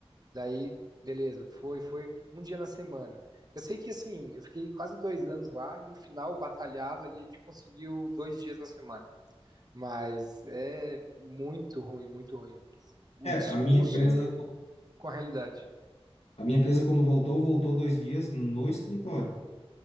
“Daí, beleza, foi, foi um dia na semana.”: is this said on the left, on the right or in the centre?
Right